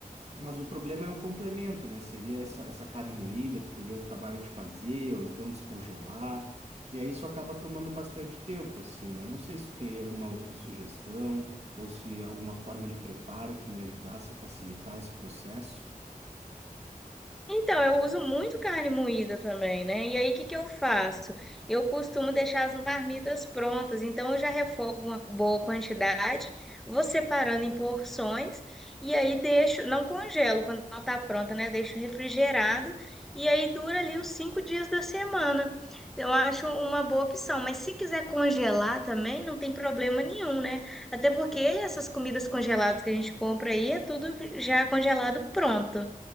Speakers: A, on the right (about 45°); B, in the centre.
A: Mas o problema é o complemento, né? Seria essa, essa carne moída que teria o trabalho de fazer, ou então descongelar. E aí isso acaba tomando bastante tempo, assim, né? Não sei se tu teria alguma outra sugestão, ou se alguma forma de preparo que me ajudasse a facilitar esse processo.
B: Então, eu uso muito carne moída também, né? E aí, o que que eu faço? Eu costumo deixar as marmitas prontas, então eu já refogo uma boa quantidade, vou separando em porções e aí deixo, não congelo quando ela tá pronta, né? Deixo refrigerado e aí dura ali os cinco dias da semana. Eu acho uma boa opção, mas se quiser congelar também, não tem problema nenhum, né? Até porque essas comidas congeladas que a gente compra aí é tudo já congelado pronto.